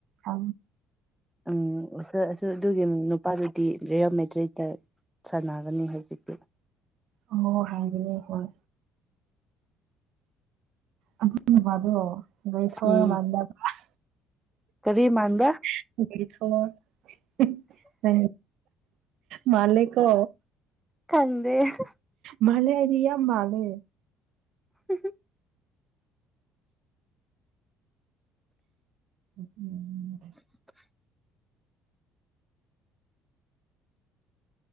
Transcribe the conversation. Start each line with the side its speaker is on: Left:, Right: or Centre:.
Right: ꯑ
Centre: ꯎꯝ ꯑꯁ -ꯑꯁ ꯑꯗꯨꯒꯤ ꯅꯨꯄꯥꯗꯨꯗꯤ ꯔꯤꯌꯦꯜ ꯃꯦꯗ꯭ꯔꯤꯠꯇ ꯁꯥꯟꯅꯥꯒꯅꯤ ꯍꯧꯖꯤꯛꯇꯤ
Right: ꯑꯣ ꯍꯥꯏꯕꯅꯦ ꯍꯣꯏ ꯑꯗꯨ ꯅꯨꯄꯥꯗꯣ ꯒꯔꯤ ꯊꯧꯔ
Centre: ꯎꯝ
Right: ꯂꯥꯝꯅꯦ ꯍꯤꯍꯤ
Centre: ꯀꯔꯤ ꯃꯥꯟꯕ꯭ꯔꯥ
Right: <unintelligible> ꯍꯝ ꯅꯪ ꯃꯥꯜꯂꯦꯀꯣ
Centre: ꯀꯟꯗꯦ ꯍꯥ
Right: ꯃꯥꯂꯦ ꯍꯥꯏꯗꯤ ꯌꯥꯝ ꯃꯥꯂꯦ
Centre: <inaudible>
Right: ꯎꯝ
Centre: <inaudible>